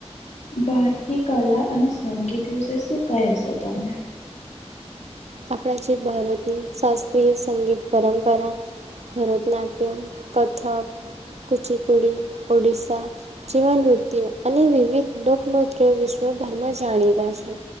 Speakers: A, on the left; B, on the right.
A: ભારતની કલા અને સંગીત વિશે શું કહેશો તમે
B: આપણા જે ભારતની શાસ્ત્રીય સંગીત પરંપરા ભરતનાટ્યમ કથક કુચીપુડી ઓડિશસા જીવનવૃતિઓ અને વિવિધ લોકનૃત્ય વિશ્વભરમાં જાણીતા છે